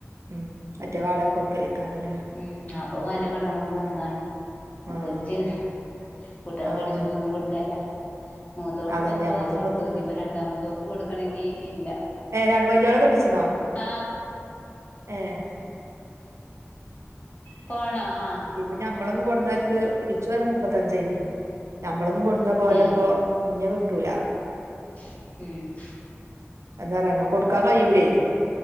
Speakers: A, on the right; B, on the left.
A: ഉം മറ്റേ വാടക കൊടുക്കലേക്കാരല്ലേ
B: ഉം അപ്പ അന്റെ പണ്ടകൊണ്ട് വന്നതാണ് <unintelligible>
A: ആഹ്
B: കുട്യോള
A: ആഹ്
B: കെട്ടിച്ചപ്പോ
A: അതന്നെ
B: ഒന്നും കൊടുക്കാനില്ല മൂത്തോൾക്ക്
A: അതന്നെ
B: പത്ത്
A: ഞമ്മൾതൊന്നും
B: പവൻകൊടുത്തു
A: എത്തുന്നൂല
B: ഇനിപ്പോ രണ്ടാമ മുത്തവൾക്ക് കൊടുക്കണെങ്കി ഇല്ല
A: ഏഹ് രണ്ട് വല്ല്യ യോള കെട്ടിച്ചണോ
B: ആഹ്
A: ഏഹ്
B: ഫോണോ ആഹ്
A: ഇപ്പൊ ഞമ്മളൊന്ന് കൊടുന്നർക്ക് ഇച്ചു വര മുപ്പത്തഞ്ചനേ ഞമ്മളൊന്നും കൊടുന്ന പോലിപ്പോ
B: ഏ
A: ഇഞ്ഞ് കിട്ടൂല
B: ഉംഹ്
A: എന്താറാനോ കൊടുക്കാൻ കഴിയുലേ